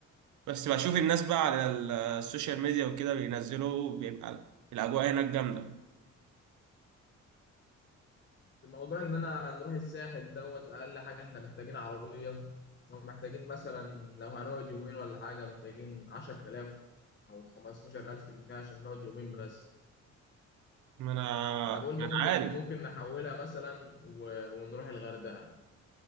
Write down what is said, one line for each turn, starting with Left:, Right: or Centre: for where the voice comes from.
Right: بس بشوف الناس بقى على ال- السوشيال ميديا وكده بينزلوا بيبقى الاجواء هناك جامدة
Left: الموضوع ان انا نروح الساحل دوت اقل حاجة احنا محتاجين عربية او محتاجين مثلا لو هنقعد يومين ولا حاجة محتاجين عشر تلاف او خمستاشر الف جنيه عشان نقعد يومين بس
Right: ما انا
Left: انا بقول
Right: ما
Left: ممكن
Right: انا عارف
Left: ممكن نحولها مثلا و... ونروح الغردقة